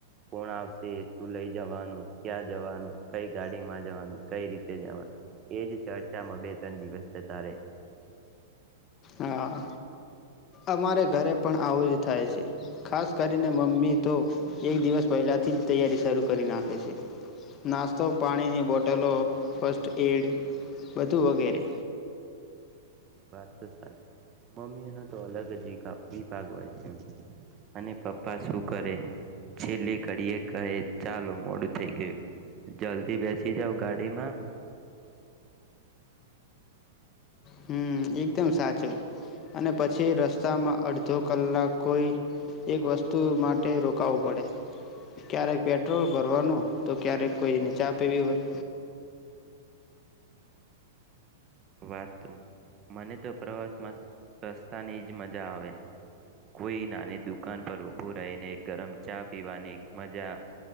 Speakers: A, on the right; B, on the left.
A: કોણ આવશે શું લઈ જવાનું ક્યાં જવાનું કઈ ગાડીમાં જવાનું કઈ રીતે જવાનું એજ ચર્ચામાં બે ત્રણ દિવસ તારે
B: હા અમારે ઘરે પણ આવું જ થાય છે ખાસ કરીને મમ્મી તો એક દિવસ પહેલાથી જ તૈયારી શરૂ કરી નાખે છે નાસ્તો પાણીની બોટલો ફસ્ટ એડ બધું વગેરે
A: વાત તો સાચી મમ્મી એનો તો અલગ જ વિભાગ હોય છે અને પપ્પા શું કરે છેલ્લી કડીએ કહે ચાલો મોડું થઈ ગયું જલ્દી બેસી જાવ ગાડીમાં
B: હમ એકદમ સાચું અને પછી રસ્તામાં અડધો કલાક કોઈ એક વસ્તુ માટે રોકાવું પડે ક્યારેક પેટ્રોલ ભરવાનું તો ક્યારેક કોઈને ચા પીવી હોય
A: વાત તો મને તો પ્રવાસમાં રસ્તાની જ મજા આવે કોઈ નાની દુકાન પર ઉભું રહીને ગરમ ચા પીવાની મજા